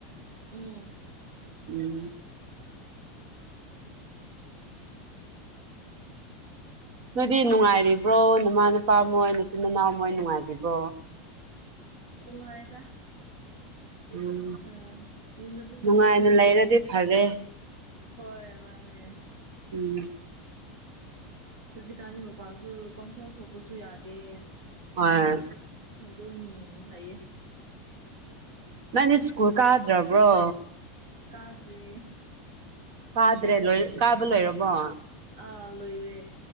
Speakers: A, on the right; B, on the right.
A: ꯎꯝ
B: ꯎꯝ ꯅꯣꯏꯗꯤ ꯅꯨꯡꯉꯥꯏꯔꯤꯕ꯭ꯔꯣ ꯅꯃꯥ ꯅꯄꯥ ꯃꯣꯏ ꯅꯆꯤꯟ ꯅꯅꯥꯎ ꯃꯣꯏ ꯅꯨꯡꯉꯥꯏꯕꯤꯕ꯭ꯔꯣ
A: ꯅꯨꯡꯉꯥꯏꯗ
B: ꯎꯝ
A: ꯑꯥ ꯌꯨꯝꯗꯥ ꯗꯨꯝ
B: ꯅꯨꯡꯉꯥꯏꯅ
A: ꯂꯩꯕꯅ
B: ꯂꯩꯔꯗꯤ
A: ꯍꯧꯖꯤꯛꯇꯣ
B: ꯐꯔꯦ
A: ꯍꯣꯏ ꯃꯥꯅꯦ
B: ꯎꯝ
A: ꯍꯧꯖꯤꯛꯀꯥꯟꯗꯤ ꯃꯄꯥꯟꯁꯨ ꯄꯪꯊꯣꯛ ꯊꯣꯛꯄꯁꯨ ꯌꯥꯗꯦ
B: ꯍꯣꯏ
A: ꯑꯗꯨꯝ ꯂꯩꯌꯦ
B: ꯅꯪꯗꯤ ꯁꯀ꯭ꯨꯜ ꯀꯥꯗ꯭ꯔꯕ꯭ꯔꯣ
A: ꯀꯥꯗ꯭ꯔꯦ
B: ꯀꯥꯗ꯭ꯔꯦ ꯂꯣꯏ ꯀꯥꯕ ꯂꯣꯏꯔꯕꯣ <unintelligible>
A: ꯑꯥ ꯂꯣꯏꯔꯦ